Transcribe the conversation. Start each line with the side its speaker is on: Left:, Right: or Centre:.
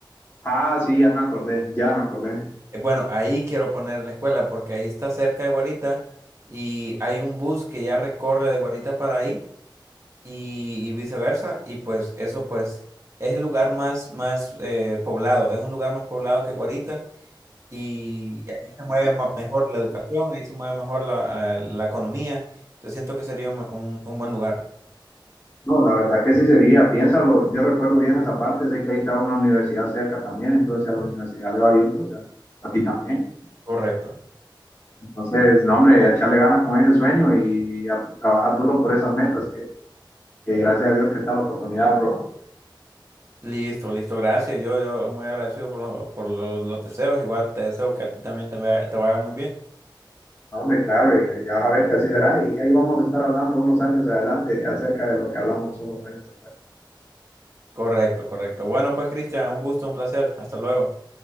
Left: Ah, sí, ya me acordé, ya me acordé.
Right: Eh, Bueno, ahí quiero poner la escuela porque ahí está cerca de Guarita y hay un bus que ya recorre de Guarita para ahí y, y viceversa y pues eso pues es el lugar más, más eh, poblado, es un lugar más poblado que Guarita y ahí se mueve ma- mejor la educación, ahí se mueve mejor la, eh, la economía, entonces siento que sería un un- un buen lugar,
Left: No, la verdad que sí sería, piénsalo, yo recuerdo bien esa parte, sé que ahí está una universidad cerca también, entonces si a la universidad le va bien, pues a, a ti también.
Right: correcto.
Left: Entonces, no, hombre, echarle ganas con ese sueño y a trabajar duro por esas metas, que, que gracias a Dios que está la oportunidad, bro.
Right: Listo, listo, gracias. Yo, yo muy agradecido por, lo- por los, los deseos. Igual te deseo que a ti también te, vea- te vaya muy bien.
Left: No, hombre, claro, y ya vas a ver que así será, y ahí vamos a estar hablando unos años adelante acerca de lo que hablamos unos años atrás.
Right: Correcto, correcto. Bueno, pues Cristian, un gusto, un placer. Hasta luego.